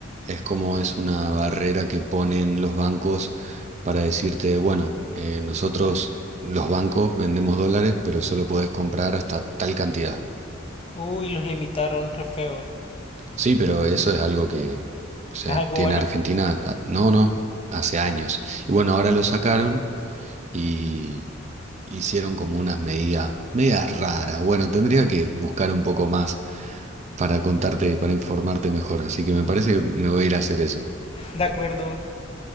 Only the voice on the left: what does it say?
Uy, los limitaron re feos.
¿Es algo
bueno?
De acuerdo.